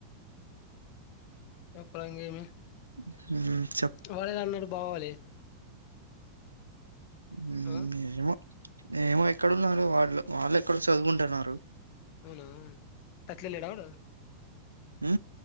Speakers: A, on the left; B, on the right.
A: చెప్పుంగమ
B: మ్
A: వాళేద అన్నాడు బావాలి
B: మ్
A: ఆ
B: ఎమో ఏమో ఎక్కడున్నారు వాళ్ళు, వాళ్ళు ఎక్కడ చదువుకుంటున్నారు.
A: అవునా తత్లే లేడవడా
B: మ్